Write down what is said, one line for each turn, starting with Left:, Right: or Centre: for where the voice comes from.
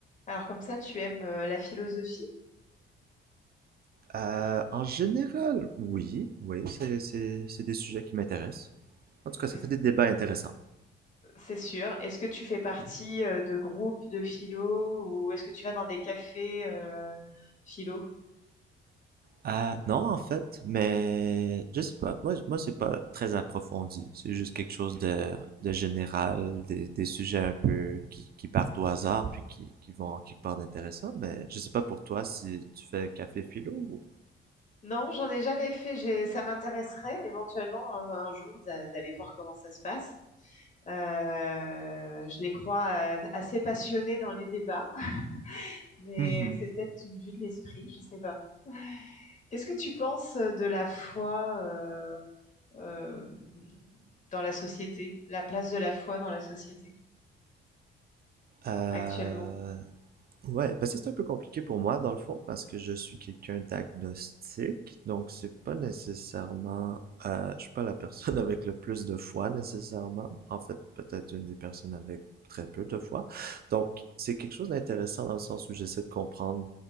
Left: Alors comme ça, tu aimes euh, la philosophie?
Right: Euh, en général, oui, oui, c'est, c'est, c'est des sujets qui m'intéressent. En tout cas, ça
Left: Est-ce-
Right: fait des débats intéressants.
Left: C'est sûr. Est-ce que tu fais partie euh, de groupes de philo ou est-ce que tu vas dans des cafés euh, philo?
Right: Ah, non, en fait, mais je sais pas. Moi, moi, c'est pas très approfondi. C'est juste quelque chose de, de général, des, des sujets un peu qui, qui partent au hasard puis qui, qui vont quelque part d'intéressant. Mais je sais pas pour toi si tu fais café philo ou.
Left: Non, j'en ai jamais fait. J'ai- Ça m'intéresserait éventuellement un, un jour d'a- d'aller voir comment ça se passe. Euh, je les crois euh, assez passionnés dans les débats, <laughs> mais
Right: Mhm.
Left: c'est peut-être une vue de l'esprit, je sais pas. Qu'est-ce que tu penses euh, de la foi euh, euh, dans la société, la place de la foi dans la société?
Right: Euh,
Left: actuellement.
Right: Ouais, ben ça c'est un peu compliqué pour moi dans le fond parce que je suis quelqu'un d'agnostique, donc c'est pas nécessairement, euh, je suis pas la personne <laughs> avec le plus de foi nécessairement. En fait, peut-être une des personnes avec très peu de foi. Donc c'est quelque chose d'intéressant dans le sens où j'essaie de comprendre